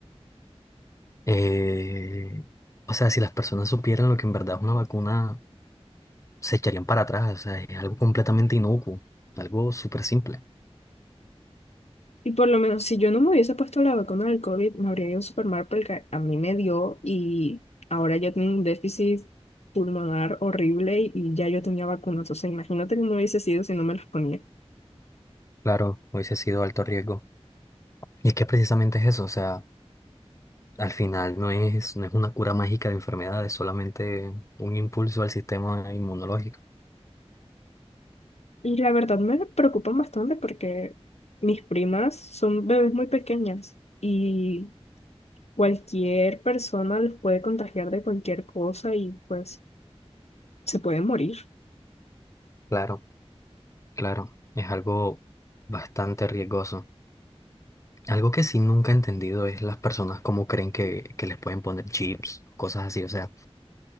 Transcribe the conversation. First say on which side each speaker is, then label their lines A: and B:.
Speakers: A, on the left (about 30°); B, on the left (about 75°).
A: Eh, o sea, si las personas supieran lo que en verdad es una vacuna, se echarían para atrás, o sea, es algo completamente inocuo, algo súper simple.
B: Y por lo menos si yo no me hubiese puesto la vacuna del COVID, me habría ido súper mal porque a mí me dio y ahora yo tengo un déficit pulmonar horrible y, y ya yo tenía vacunas. O sea, imagínate cómo hubiese sido si no me las ponía.
A: Claro, hubiese sido alto riesgo. Y es que precisamente es eso, o sea... al final no es, no es una cura mágica de enfermedades, solamente un impulso al sistema inmunológico.
B: Y la verdad me preocupan bastante porque mis primas son bebés muy pequeñas y Cualquier persona les puede contagiar de cualquier cosa y pues se pueden morir.
A: Claro, claro, es algo bastante riesgoso. Algo que sí nunca he entendido es las personas cómo creen que, que les pueden poner chips, cosas así, o sea,